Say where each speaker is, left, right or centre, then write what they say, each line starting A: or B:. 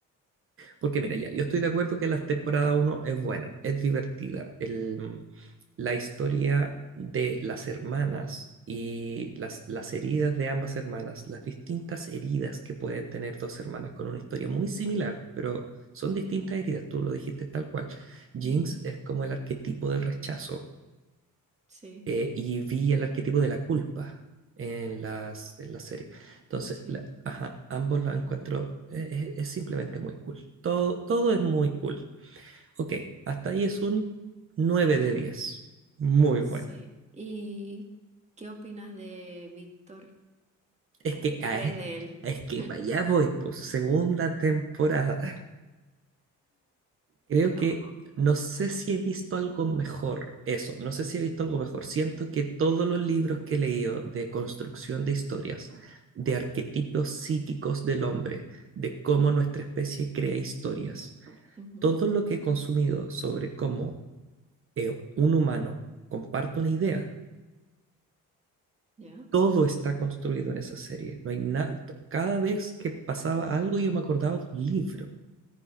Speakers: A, on the right; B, on the right.
A: Porque mira, ya, yo estoy de acuerdo que la temporada uno es buena, es divertida. El- mm, la historia de las hermanas y las, las heridas de ambas hermanas, las distintas heridas que pueden tener dos hermanas con una historia muy similar, pero son distintas heridas, tú lo dijiste tal cual. Jinx
B: Ujú, ujú.
A: es como el arquetipo del rechazo
B: Sí,
A: eh, y vi el arquetipo de la culpa en las, en la serie. Entonces,
B: sí,
A: la- ajá, ambos los encuentro, eh, eh, es, simplemente muy cool. Todo, todo es muy cool. Ok, hasta ahí es un nueve de diez Muy
B: sí.
A: buena.
B: ¿Y qué opinas de Víctor?
A: Es que,
B: ¿Qué
A: ah,
B: crees
A: es,
B: de él?
A: es que
B: <laughs>
A: para allá voy, pues, segunda temporada. Creo
B: No.
A: que no sé si he visto algo mejor, eso, no sé si he visto algo mejor. Siento que todos los libros que he leído de construcción de historias, de arquetipos psíquicos del hombre, de cómo nuestra especie crea historias,
B: Ujú,
A: todo lo que he consumido sobre cómo eh, un humano comparte una idea,
B: Ya.
A: todo está construido en esa serie. No hay nada, cada vez que pasaba algo yo me acordaba de un libro.